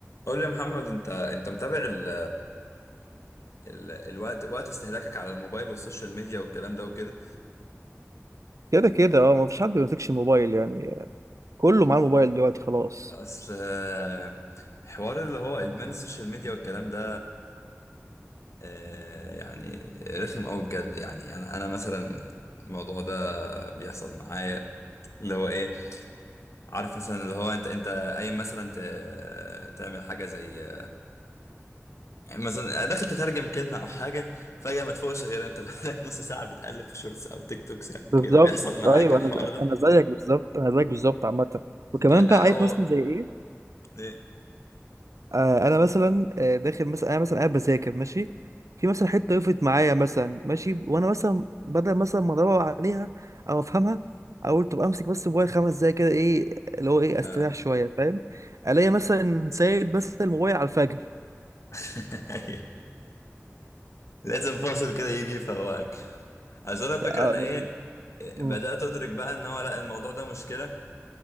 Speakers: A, on the left; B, on the right.
A: قول لي يا محمد انت انت متابع ال ال الوقت وقت استهلاكك على الموبايل والسوشيال ميديا والكلام ده وكده
B: كده كده اه مفيش حد ما بيمسكش الموبايل يعني كله معاه الموبايل دلوقتي خلاص
A: اصل آه، حوار اللي هو ادمان السوشيال ميديا والكلام ده آه، يعني رخم قوي بجد يعني انا انا مثلا الموضوع ده بيحصل معايا اللي هو ايه عارف مثلا اللي هو انت انت قايم مثلا ت- تعمل حاجه زي يعني مثلا داخل تترجم كلمة أو حاجة فجأة ما تفوقش غير أنت بقالك نص ساعة بتقلب في شورتس أو تيك توكس أو
B: بالظبط
A: كده بيحصل معاك
B: ايوه
A: الحوار
B: انا ز-
A: ده؟
B: انا زيك بالظبط انا زيك بالظبط عامه وكمان
A: آه،
B: بقى
A: أو
B: عارف مثلا زي ايه
A: إيه؟
B: آه انا مثلا آه داخل مثلا انا مثلا قاعد بذاكر ماشي في مثلا حته وقفت معايا مثلا ماشي وانا مثلا بدل مثلا ما ادور عليها او افهمها اقول طب امسك بس الموبايل خمس دقايق كده ايه اللي هو ايه استريح
A: آه
B: شويه فاهم الاقي مثلا سايب بس الموبايل على الفجر
A: <laughs> لازم فاصل كده يجي يفوقك عشان أنا الفكرة
B: آه،
A: أنا إيه
B: يعني
A: آه،
B: مم.
A: بدأت أدرك بقى إن هو لا الموضوع ده مشكلة